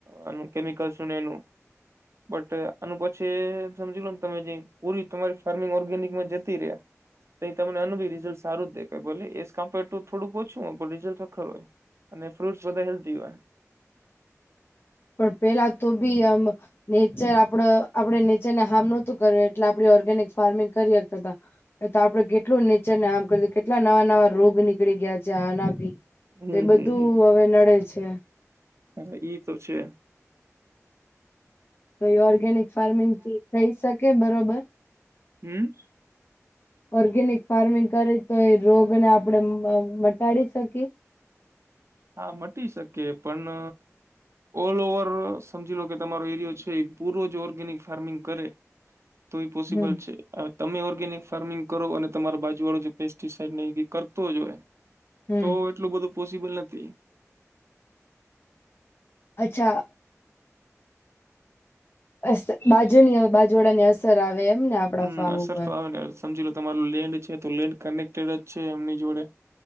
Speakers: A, on the right; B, on the left.
A: આનું કેમિકલ્સ નું ને એનું બટ આનું પછી સમજી લો ને તમે જે પૂરી તમારી ફાર્મિંગ ઓર્ગેનિકમાં જતી તો તમને આનુ ભી રિઝલ્ટ સારું જ દેખાય બોલે એ કમ્પર ટુ થોડું ઓછું હો પણ રિઝલ્ટ તો ખરું જ અને ફ્રૂટસ બધા હેલ્ધી હોય
B: પણ પેલા તો બી આમ નેચર આપડ આપડે નેચર ને હાર્મ નહોતું કર્યું એટલે આપ ઓર્ગેનિક ફાર્મિંગ કરી હગતા તા તો આપડણે કેટલું નેચરને હપ કરું કેટલા નવા નવા રોગ ની નીકળી ગયા છે આના
A: હમ
B: ભી
A: હમ
B: તો એ બધું
A: હમ
B: હવે નડે છે
A: હા ઈ તો છે
B: તો એ ઓર્ગેનિક ફાર્મિંગ થી થઈ શકે બરોબર
A: હમ
B: ઓર્ગેનિક ફાર્મિંગ કરે તો એ રોગને આપણે મટાડી શકીએ
A: હા મટી શકે પણ ઓલ ઓવર સમજી લો કે તમારો એરિયો છે, એ પૂરો જ ઓર્ગેનિક ફાર્મિંગ કરે તો એ પોસિબલ
B: હમ
A: છે, અ તમે ઓર્ગેનિક ફાર્મિંગ કરો અને તમારા બાજુ વાળો પેસ્ટિસાઈડ ની કરતો જ હોવે
B: હમ.
A: તો એટલું બધું પોસિબલ નથી
B: અચ્છા. અસ્ત બાજુની બાજુવાડાની અસર આવે એમ ને આપણા
A: હમ
B: ફાર્મ
A: અસર
B: ઉપર
A: તો આવે ને સમજી લો તમારા લેન્ડ છે, તો લેન્ડ કનેક્ટેડ જ છે, એમની જોડે